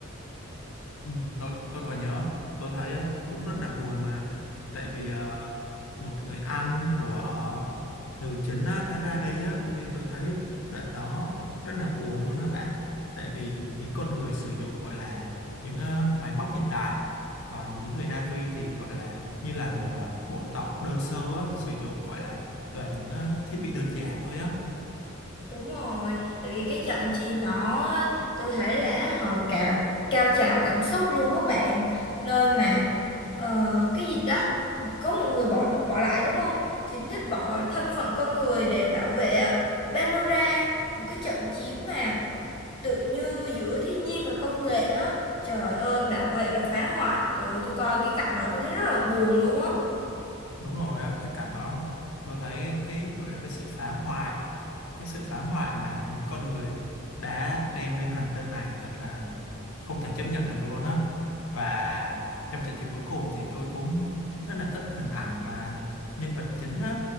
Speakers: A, on the left; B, on the left.
A: Ừ. tôi tôi còn nhớ tôi thấy ờ, cũng rất là buồn mà tại vì ờ, một người anh của nữ chính á, đã ra đi á nên tôi thấy đoạn đó rất là buồn luôn á bạn tại vì những con người sử dụng gọi là những ờ, máy móc hiện đại còn những người Na'vi thì gọi là như là một ờ, bộ tộc đơn sơ á, sử dụng gọi là toàn những ờ, thiết bị đơn giản thôi á
B: Đúng rồi, tại vì cái trận chia nó tôi thấy là họ cao cao trào cảm xúc luôn á bạn, nơi mà ờ, cái gì đó có một người bỏ bỏ lại đúng không? Chính thức bỏ thân phận con người để bảo vệ ờ, Pandora, một cái trận chiến mà tự như giữa thiên nhiên và công nghệ á. Trời ơi, bảo vệ và phá hoại. Trời ơi, tôi coi cái cảnh đó tôi thấy rất là buồn luôn á.
A: đúng rồi á cái cảnh đó tôi thấy cái gọi là cái sự phá hoại cái sự phá hoại mà những con người đã đem lên hành tinh này thật là không thể chấp nhận được luôn á và trong trận chiến cuối cùng thì tôi cũng rất là thích hình ảnh mà nhân vật chính á